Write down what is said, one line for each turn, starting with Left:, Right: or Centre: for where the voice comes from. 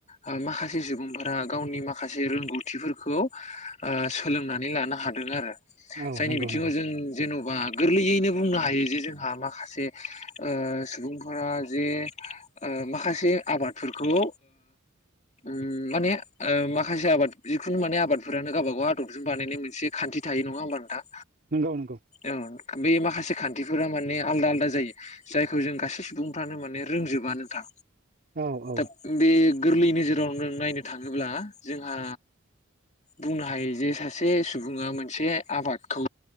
Left: ओ माखासे सुबुंफोरा गावनि माखासे रोंगौथि बेफोरखौ सोलोंनानै लानो हादों आरो।
Right: औ
Left: जायनि
Right: नंगौ
Left: बिथिङाव
Right: नंगौ
Left: जों जेन'बा गोरलैयैनो बुंनो हायो जे जोंहा मा माखासे ओ सुबुंफोरा जे ओ माखासे आबादफोरखौ ओ उम माने ओ माखासे आबाद जिखुनु माने आबादफोरानो गावब गाव आदबजों बानायनाय मोनसे खान्थि थायो नङा होमबा नोंथां
Right: नंगौ नंगौ
Left: औ बे माखासे खान्थिफोरा माने आलदा आलदा जायो जायखौ जों गासै सुबुंफ्रानो माने रोंजोबानो था
Right: औ औ
Left: दा बे गोरलै नोजोराव नों नायनो थाङोब्ला जोंहा बुंनो हायो जे सासे सुबुङा मोनसे आबादखौ